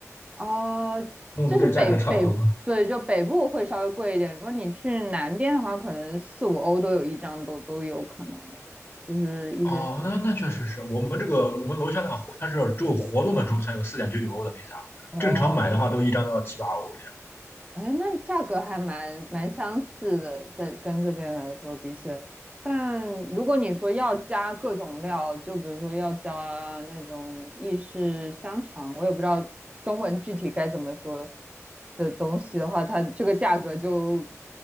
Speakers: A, on the right (about 20°); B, on the left (about 40°).
A: 哦，
B: 跟我们这价格差不多。
A: 这是北北，对，就北部会稍微贵一点。如果你去南边的话，可能四五欧都有一张，都都有可能的，就是一些，
B: 哦，那那确实是我们这个我们楼下那个活，它是只有活动的时候才有四点九九欧的披萨，
A: 哦，
B: 正常买的话都一张都要七八欧的。
A: 哎，那价格还蛮蛮相似的，在跟这边来说比起来，但如果你说要加各种料，就比如说要加那种意式香肠，我也不知道中文具体该怎么说的东西的话，它这个价格就